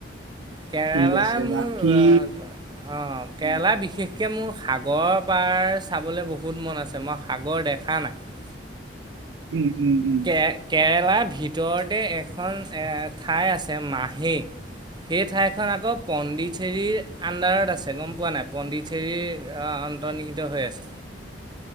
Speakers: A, on the right; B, on the right.
A: কেৰেলা
B: ঠিক আছে
A: মোৰ
B: বাকী
A: অঁ কেৰেলা
B: উম,
A: বিশেষ গতিকে মোৰ সাগৰ পাৰ চাবলৈ বহুত মন আছে মই সাগৰ দেখা নাই
B: উম, উম, উম,
A: কে কেৰেলা ভিতৰতে এখন ঠাই আছে মাহী সেই ঠাইখন আকৌ পণ্ডিচেৰীৰ আণ্ডাৰত আছে গম পোৱা নাই পণ্ডিচেৰীৰ অন্তৰ্নিহিত হৈ আছে।